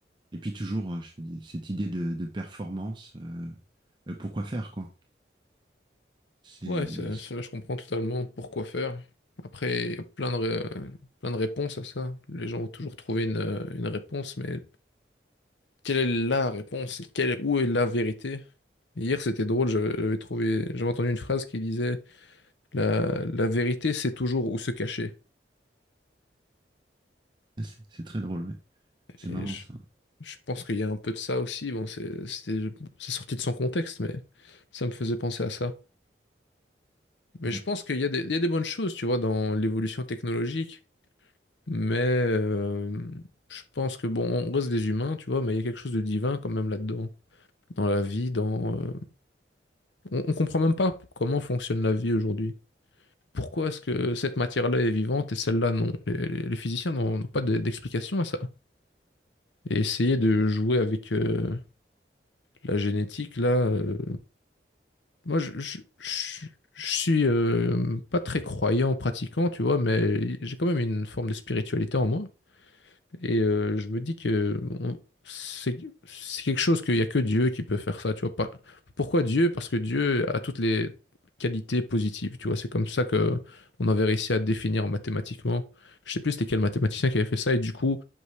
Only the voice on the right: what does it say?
et puis toujours, hein, je te dis, cette idée de, de performance, euh, euh, pourquoi faire, quoi. C'est,
c'est c'est très drôle, ouais. C'est
marrant,
ça.
Ouais.